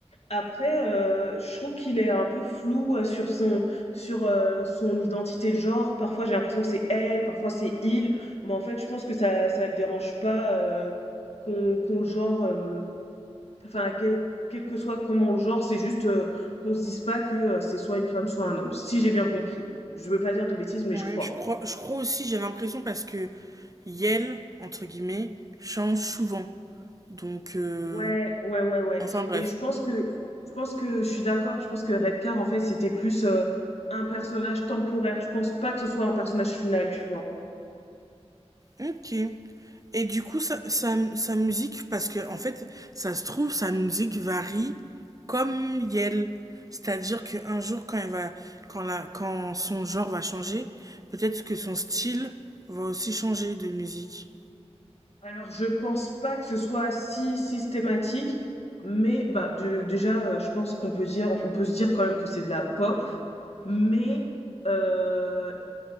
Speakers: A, on the left; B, on the right.
A: Après, heu, je trouve qu'il est un peu flou, heu, sur son sur, heu, son identité de genre. Parfois, j'ai l'impression que c'est elle, parfois c'est il, mais en fait, je pense que ça ça le dérange pas, heu, qu'on qu'on le genre, hem, enfin, quel quel que soit comment le genre, c'est juste, heu, qu'on se dise pas que, heu, c'est soit une femme, soit un homme, si j'ai bien compris. Je veux pas dire de bêtises, mais
B: Ouais,
A: je crois.
B: je crois, je crois aussi, j'ai l'impression parce que Yel, entre guillemets, change souvent. Donc, euh,
A: Ouais, ouais, ouais, ouais.
B: enfin bref.
A: Et je pense que je pense que je suis d'accord. Je pense que Redcar, en fait, c'était plus euh, un personnage temporaire. Je pense pas que ce soit un personnage final, tu vois.
B: Ok. Et du coup, sa, sa, sa musique, parce que en fait, ça se trouve, sa musique varie comme Yel. C'est-à-dire qu'un jour, quand, elle va, quand, la, quand son genre va changer, peut-être que son style va aussi changer de musique.
A: Alors, je pense pas que ce soit si systématique, mais bah de- déjà, euh, je pense qu'on peut dire, on peut se dire quand même que c'est de la pop, mais euh,